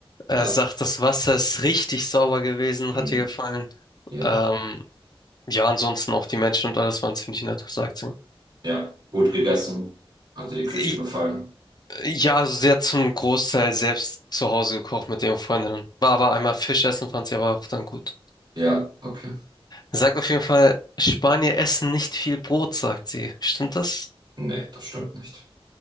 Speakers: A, on the left; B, on the right.
A: Er
B: Ja,
A: sagt, das Wasser ist richtig sauber gewesen,
B: mhm.
A: hat ihr gefallen.
B: ja,
A: Ähm, ja, ansonsten auch die Menschen und alles waren ziemlich nett, sagt sie.
B: ja. Gut gegessen. Hat dir die Küche
A: I-
B: gefallen?
A: Ja, also sie hat zum Großteil selbst zu Hause gekocht mit ihren Freundinnen. War aber einmal Fisch essen, fand sie aber auch dann gut.
B: Ja, okay.
A: Sagt auf jeden Fall, Spanier essen nicht viel Brot, sagt sie. Stimmt das?
B: Nee, das stimmt nicht.